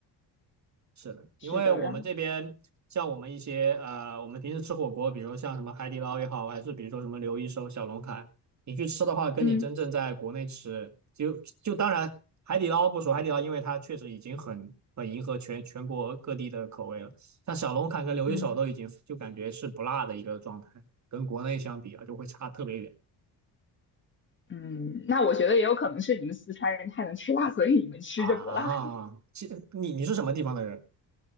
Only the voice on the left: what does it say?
是的，然后，
嗯
嗯。
嗯，那我觉得也有可能是你们四川人太能吃辣，所以你们吃着不辣。